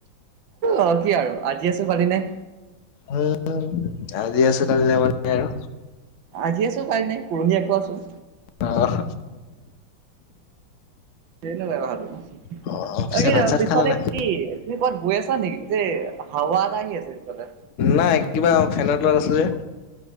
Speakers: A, on the right (about 75°); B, on the left (about 55°).
A: অ কি আৰু আজি আছো কালি নাই।
B: উম, আজি আছো কালি নাই মানে আৰু?
A: আজি আছো কালি নাই, পৰহি আকৌ আছো।
B: অহ
A: তেনে ব্যৱহাৰ তোৰ
B: অ পিছে
A: অই
B: ভাত চাত
A: পিছফালে
B: খালা নাই?
A: কি তুমি ক'ৰাত গৈ আছা নেকি? গোটেই হাৱা এটা আহি আছে পিছফালে।
B: নাই কিবা ফেনৰ তলত আছো যে।